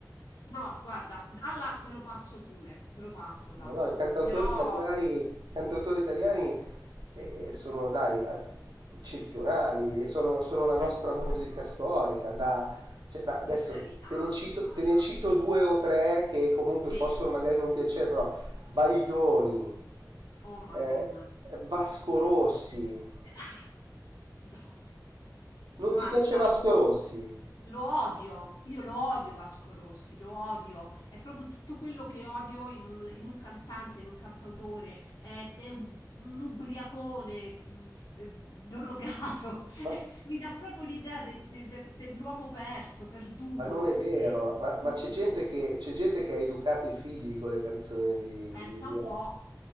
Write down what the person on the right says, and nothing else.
Ma no, i cantautori
italiani, cantautori italiani eh, eh, sono, dai, a- eccezionali, e sono, sono la nostra musica storica. da- cioè, da- adesso
te ne cito,
te ne
cito due o tre che comunque
possono magari non piacere, però Baglioni,
eh, Vasco Rossi.
Non
ti piace Vasco Rossi?
Ma,
ma non è vero,
ma,
ma c'è gente
che, c'è gente che ha educato i figli con le canzoni di,
di, di
Vasco.